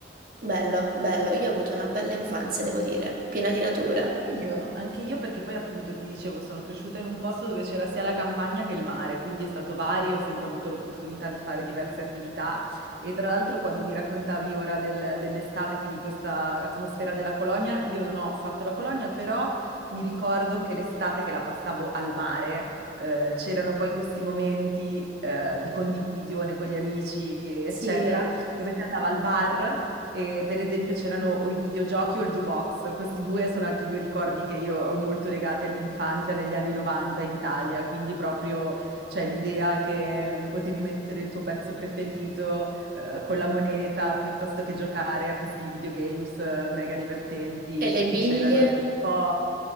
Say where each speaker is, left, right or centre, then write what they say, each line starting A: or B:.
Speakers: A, on the right; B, on the right.
A: Bello, bello. Io ho avuto una bella infanzia,
B: bellissimo.
A: devo dire, piena di natura.
B: Sì, Io, anche io perché poi appunto ti dicevo, sono cresciuta in un posto dove c'era sia la campagna che il mare, quindi è stato vario, ho sempre avuto l'opportunità di fare diverse attività e tra l'altro quando mi raccontavi ora del- dell'estate, quindi questa atmosfera della colonia, io non ho fatto la colonia, però mi ricordo che l'estate che la passavo al mare, eh, c'erano poi questi momenti, eh, di condivisione con gli amici, eccetera
A: Sì.
B: dove si andava al bar e, per esempio c'erano o i videogiochi o il jukebox, questi due sono altri due ricordi che io ho molto legati all'infanzia negli anni 90 in Italia, quindi proprio cioè, l'idea che potevi mettere il tuo pezzo preferito eh, con la moneta piuttosto che giocare a questi videogames eh, mega divertenti
A: E le
B: che
A: biglie,
B: c'erano, è un po'